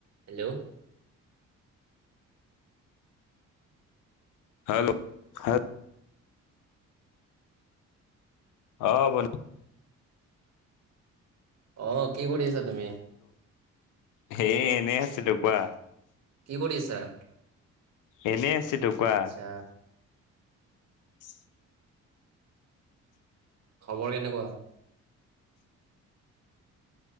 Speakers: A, on the right; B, on the left.
A: হেল্ল'
B: হেল্ল' হে অঁ, ব
A: অঁ, কি কৰি আছা তুমি?
B: হেই এনেই আছিলোঁ কোৱা।
A: কি <inaudible>
B: এনে আচিলো কোৱা।
A: আচ্ছা
B: <inaudible>
A: খবৰ কেনেকুৱা?